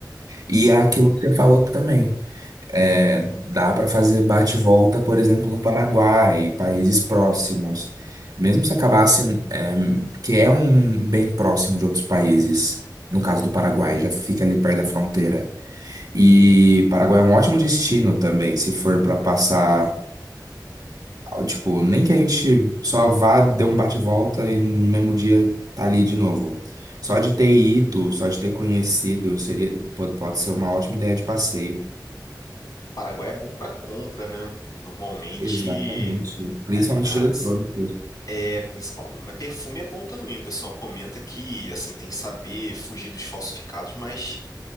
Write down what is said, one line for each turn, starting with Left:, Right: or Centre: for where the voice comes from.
Right: E
Left: Sim.
Right: é aquilo que você falou também. É, dá para fazer bate volta, por exemplo, no Paraguai, países próximos. Mesmo se acabasse, é, que é um bem próximo de outros países, no caso do Paraguai, já fica ali perto da fronteira. E Paraguai é um ótimo destino também, se for para passar, tipo, nem que a gente só vá, dê um bate volta e no mesmo dia tá ali de novo. Só de ter ido, só de ter conhecido, seria, pode, pode ser uma ótima ideia de passeio.
Left: Paraguai é bom pra compra, né? Normalmente
Right: Exatamente. Principalmente
Left: ali nas
Right: de eletrônico.
Left: é, principal, mas perfume é bom também. O pessoal comenta que, assim, tem que saber fugir dos falsificados, mas